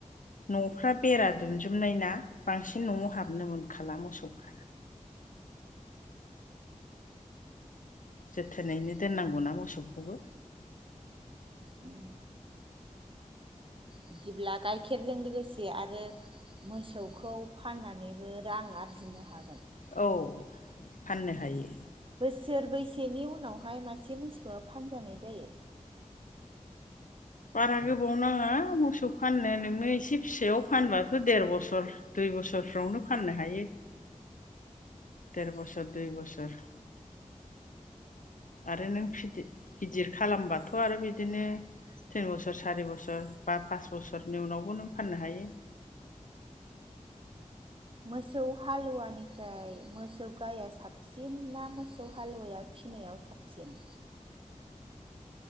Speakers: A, on the left; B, on the right.
A: न'फ्रा बेरा दुमजुमनाय ना बांसिन न'आव हाबनो मोनखाला मोसौफ्रा जोथोनैनो दोननांगौना मोसौखौबो
B: उम बिदिब्ला गाइखेरजों लोगोसे आरो मोसौखौ फाननानैबो रां आरजिनो हागोन
A: औ फाननो हायो
B: बोसोर बैसेनि उनावहाय मासे मोसौआ फानजानाय जायो
A: बारा गोबाव नाङा मोसौ फाननो नोंनो एसे फिसायाव फानबाथ' देर बोसोर दुइ बोसोरफ्रावनो फाननो हायो। देर बोसोर दुइ बोसोर आरो नों फिदि गिदिर खालामबाथ' आरो बिदिनो तिन बोसोर सारि बोसोर बा पास बोसोरनि उनावबो नों फाननो हायो
B: मोसौ हालुवानिफ्राय मोसौ गाया साबसिन ना मोसौ हालुवाया फिनायाव साबसिन